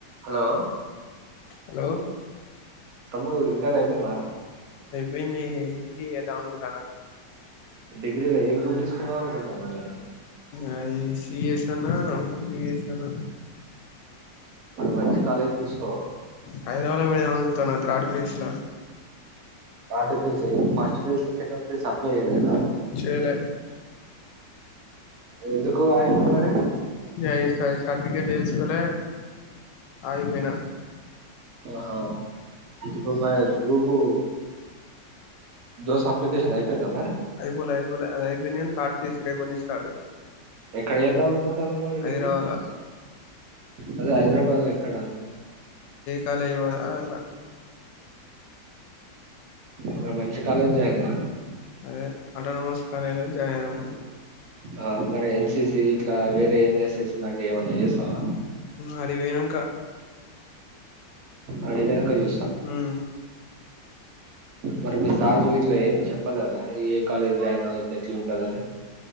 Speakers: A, on the right; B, on the left.
A: హలో
B: హలో
A: తమ్ముడు ఇంటర్ అయిపాయిందారా
B: నేను డిగ్రీ చేద్దాం అనుకుంటాన
A: డిగ్రీలో ఏ గ్రూప్ తీసుకుందాం అనుకుంటానవ్ మరి
B: అ సిఎస్ అన్న బీఎస్సీ అన్న
A: మంచి కాలేజీ తీసుకో
B: హైదరాబా లో పెట్టుధామని చుస్తన త్రాడ్ ఫెస్ ల
A: third phase first phase second phase చేయలేదా
B: చేయలే
A: ఎందుకు గోయి ఓ వారే
B: ఎయి సయి హల్ టిక్కెట్లు తెచ్చుకొలే ఆగిపోయిన
A: హా ఇప్పుడు మరి గ్రూపు దోస్త్ అప్లికేషన్ అయిపోయింద మరి
B: అయిపోలే అపోలే అయిపో థర్డ్ ఫేస్ రేపట్నుండి స్టార్ట్
A: ఎక్కడ చేద్దాం అనుకుంటాన్నావ్ మరి
B: హైదరాబాద్
A: డిగ్రీ
B: లా
A: అదే హైదరాబాద్ లో ఎక్కడ అని
B: కాలేజీ వెళ్ళ
A: మరి మంచి కాలేజ్ జాయిన్ గా
B: అదే ఆటోనమస్ కాలేజీలో జాయిన్ అయి న్నా
A: ఆ మరి ఎన్సి సి లా వే ఏన్ఎస్ఎస్ ఇలాంటివి ఏమన్నా చేస్తావ
B: ఆడికి పోయినంక
A: అడివేనంక ఏ
B: హుమ్
A: మరి మీ సార్లు గిట్లా ఏం చెప్పలేదా ఏ కాలేజ్ జాయిన్ అవ్వతే ఎట్లుంటదని